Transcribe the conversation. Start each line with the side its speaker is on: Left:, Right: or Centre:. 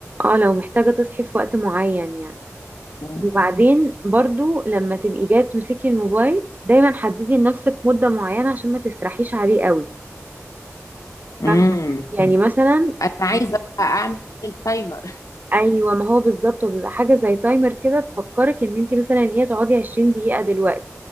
Right: اه لو محتاجة تصحي في وقت معين يعني
Left: امم
Right: وبعدين برضو لما تبقي جاية تمسكي الموبايل دايما حددي لنفسك مدة معينة عشان ما تسرحيش عليه قوي
Left: امم
Right: فاهمة يعني مثلا
Left: انا عايزه بقى اعمل تايمر
Right: ايوه ما هو بالظبط هو بيبقى حاجه زي تايمر كده تفكرك ان انت مثلا هي تقعدي 20 دقيقه دلوقتي